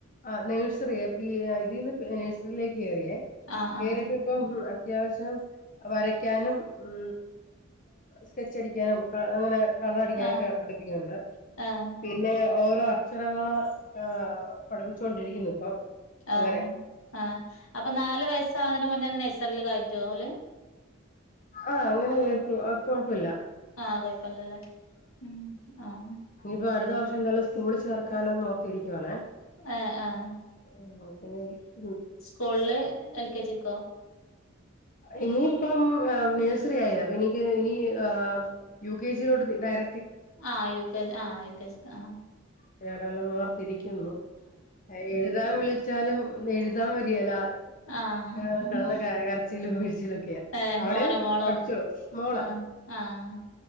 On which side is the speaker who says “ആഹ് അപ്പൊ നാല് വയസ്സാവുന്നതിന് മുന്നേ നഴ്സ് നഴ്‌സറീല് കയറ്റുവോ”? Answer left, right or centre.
Left